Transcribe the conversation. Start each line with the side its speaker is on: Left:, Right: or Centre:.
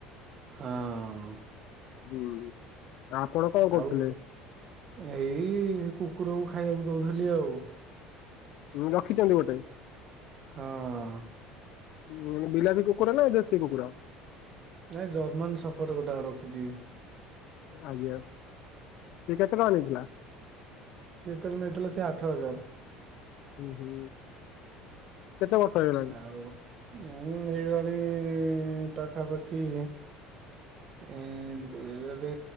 Right: ହଁ ଅଁ
Left: ହୁଁ ଆପଣ କଣ
Right: ଆଉ
Left: କରୁଥିଲେ?
Right: ଏଇ ସେ କୁକୁରକୁ ଖାଇବାକୁ ଦଉଥିଲି ଆଉ।
Left: ହୁଁ ରଖିଛନ୍ତି ଗୋଟେ?
Right: ହଁ ଅଁ
Left: ଉଁ ବିଲାତି କୁକୁର ନା ଦେଶୀ କୁକୁର?
Right: ନାଇଁ ଜର୍ମାନ <unintelligible> ଗୋଟାଏ ରଖିଛି।
Left: ଆଜ୍ଞା ସେଏ କେତେ ଟଙ୍କା ନେଇଥିଲା?
Right: ସେତେବେଳେ ନେଇଥିଲା ସେ ଆଠ ହଜାର।
Left: ହୁଁ ହୁଁ। କେତେ ବର୍ଷ ହେଇ?
Right: ଆଉ ମୁଁ ଏଇଭଳି ଇ ପାଖାପାଖି
Left: <unintelligible>
Right: ଏଁ ଦୁଇ ହଜାର